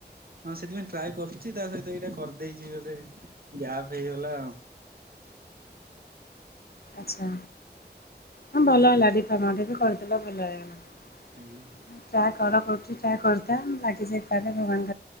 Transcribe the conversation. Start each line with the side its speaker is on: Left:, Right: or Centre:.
Right: ହଁ ସେଥିପାଇଁ ଟ୍ରାଏ କରୁଚି ତା ସହିତ ଏଇଟା କରିଦେଇଛି ଗୋଟେ ଗ୍ୟାପ୍ ହେଇଗଲା ଆଉ
Left: ଆଚ୍ଛା ହ ଭଲ ହେଲା ଡିଫାର୍ମା ଟା ବି କରିଦେଲ ଭଲ ହେଇଗଲା।
Right: ଆଜ୍ଞା।
Left: ଯାହା କର କରୁଛି ତାହା କର୍ତା ବାକି ସେ ତାରେ ଭଗବାନ।